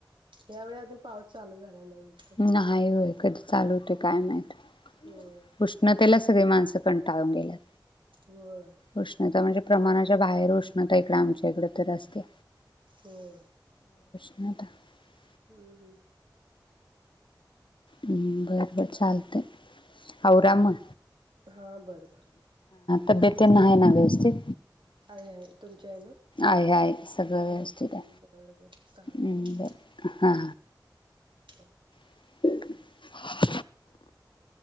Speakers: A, on the right; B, on the left.
A: यावेळे अजून पाऊस चालू झाला नाही म्हणतो
B: नाही व्हय कधी चालू होते काय माहित?
A: होय
B: उष्णतेला सगळी माणसं पण कंटाळून गेल्यात?
A: होय
B: उष्णता म्हणजे प्रमाणाच्या बाहेर उष्णता इकडें आमच्या इकड तर असते
A: होय.
B: <inaudible>
A: हम्म हम्म
B: हम्म, बर बर चालतय आवरा म
A: हा बरोबर
B: तब्येत तेन हाय ना व्यवस्थित
A: आहे आहे, तुमच्या आहे ना.?
B: आहे आहे सगळं व्यवस्थित्
A: हम्म
B: ये
A: बरं बरं चालतंय
B: हम, बर हा
A: हो
B: <unintelligible> फ